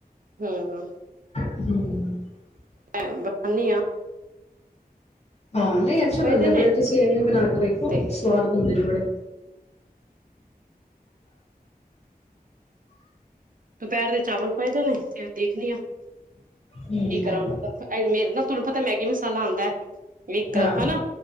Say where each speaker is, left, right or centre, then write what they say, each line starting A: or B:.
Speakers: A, on the right; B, on the left.
A: ਹਮ
B: <unintelligible>
A: <unintelligible>
B: ਹਾਂ ਨਹੀਂ ਅੱਛਾ
A: ਪਏ
B: ਬੰਦਾ
A: ਦੇ ਨੇ
B: ਬੜੇ ਤੁਸੀਂ ਇਵੇਂ ਬਣਾ ਕੇ ਵੇਖੋ
A: ਤੇ
B: ਸਵਾਦ ਬਣਦੇ ਨੇ ਬੜੇ <inaudible>
A: ਦੁਪਹਿਰ ਦੇ ਚਾਵਲ ਪਏਦੇ ਨੇ ਤੇ ਦੇਖਣੀ ਆ ਕੀ
B: ਹਮ
A: ਕਰੋ ਉਹਨਾਂ ਦਾ ਮੇਰੇ ਨਾ ਤੁਹਾਨੂੰ ਪਤਾ ਮੈਗੀ ਮਸਾਲਾ ਆਉਂਦਾ ਹੈ ਇੱਕ
B: ਹਾਂ
A: ਹਨਾ